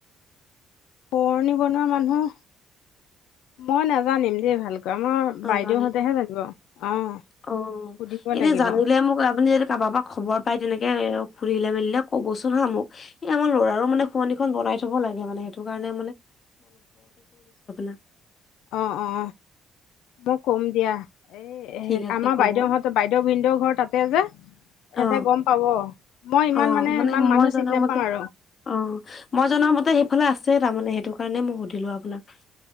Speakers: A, on the left; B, on the left.
A: পুৰণি বনোৱা মানুহ মই নাজানিম যেই ভালকে মাৰ
B: অ
A: বাইদেউহতেহে
B: যোৱা নাই অ
A: জানিব অ
B: অ
A: সুধিব
B: এনে
A: লাগিব
B: জানিলে মোক আপুনি যদি কাৰোবাৰ পৰা খবৰ পায় তেনেকে ঘুৰিলে মেলিলে ক'বচোন হা মোক এই আমাৰ ল'ৰাৰো মানে খুৱনিখন বনাই থব লাগে মানে সেইটো কাৰণে <unintelligible>
A: অ অ মই কম দিয়া এইে
B: ঠিক আছে
A: আমাৰ
B: ক'ব
A: বাইদেউহঁতৰ বাইদেউ ভিনদেউৰ ঘৰ তাতে যে সহতে
B: অ
A: গম পাব মই ইমান
B: অ
A: মানে ইমান মানুহ
B: মই জনামতে
A: চিনি নাপাওঁ আৰু
B: অ মই জন মতে সেইফালে আছে তাৰমানে সেইটো কাৰণে মই সুধিলো আপোনাক